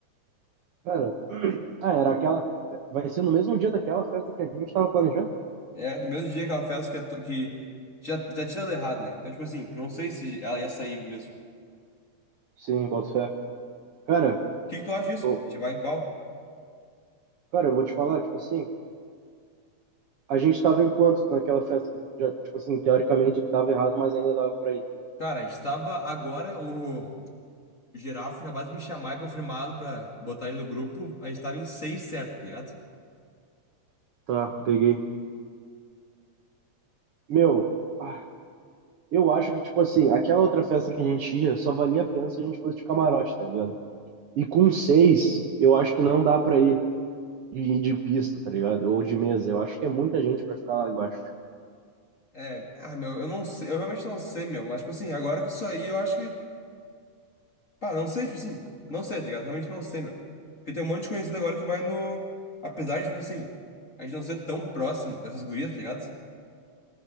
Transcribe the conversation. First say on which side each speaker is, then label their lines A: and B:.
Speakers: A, on the right; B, on the left.
A: Cara, <clears throat> ah, era aquela. Vai ser no mesmo dia daquela festa que a gente tava planejando?
B: É, do mesmo dia aquela festa que, a to- que já, já tinha dado errado, né? Então, tipo assim, não sei se ela ia sair mesmo.
A: Sim, boto fé. Cara,
B: O que que tu acha disso?
A: eu-
B: A gente vai em qual?
A: cara, eu vou te falar, tipo assim, a gente tava em quanto naquela festa que já, tipo assim, teoricamente dava errado, mas ainda dava pra ir.
B: Cara, a gente tava agora, o. O Girafa tinha acabado de me chamar e confirmado pra botar ele no grupo. A gente tava em seis certo, tá ligado?
A: Tá, peguei. Meu, ah, eu acho que, tipo assim, aquela outra festa que a gente ia só valia a pena se a gente fosse de camarote, tá ligado? E com seis, eu acho que não dá pra ir de, de pista, tá ligado? Ou de mesa. Eu acho que é muita gente pra ficar lá embaixo.
B: É, ah, meu, eu não sei, eu realmente não sei, meu. Mas, tipo assim, agora que isso aí, eu acho que. Pá, não sei, tipo assim, não sei, tá ligado? Realmente não sei, meu. Porque tem um monte de conhecido agora que vai no. Apesar de, tipo assim, a gente não ser tão próximo dessas gurias, tá ligado?